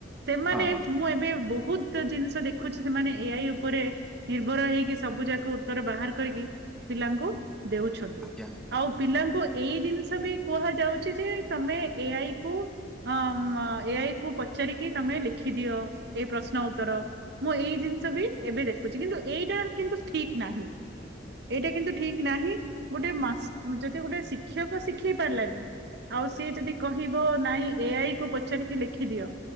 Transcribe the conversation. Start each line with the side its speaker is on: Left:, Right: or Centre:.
Right: ସେମାନେ
Centre: ହଁ ହଁ।
Right: ମୁଁ ଏବେ ବହୁତ, ଜିନିଷ ଦେଖୁଛି ସେମାନେ ଏ-ଆଇ ଉପରେ ନିର୍ଭର ହେଇକି, ସବୁ ଯାକ ଉତ୍ତର ବାହାର କରିକି, ପିଲାଙ୍କୁ ଦେଉଛି,
Centre: ଆଜ୍ଞା।
Right: ଆଉ ପିଲାଙ୍କୁ ଏଇ ଜିନିଷ ବି କୁହାଯାଉଛି। ଯେ ତମେ ଏ-ଆଇ କୁ ଅ ଏ-ଆଇ କୁ ପଚାରିକି ତମେ ଲେଖିଦିଅ। ଏଇ ପ୍ରଶ୍ନ, ଉତ୍ତର ମୁଁ ଏଇ ଜିନିଷ ବି ଏବେ ଦେଖୁଛି। କିନ୍ତୁ ଏଇଟା କିନ୍ତୁ ଠିକ ନାହିଁ। ଏଇଟା କିନ୍ତୁ ଠିକ ନାହିଁ। ଗୋଟେ ଯଦି ଗୋଟେ ଶିକ୍ଷକ ଶିଖେଇ ପାରିଲାନି, ଆଉ ସିଏ ଯଦି କହିବ, ନାଇଁ ଏଆଇ କୁ ପଚାରିକି ଲେଖିଦିଅ।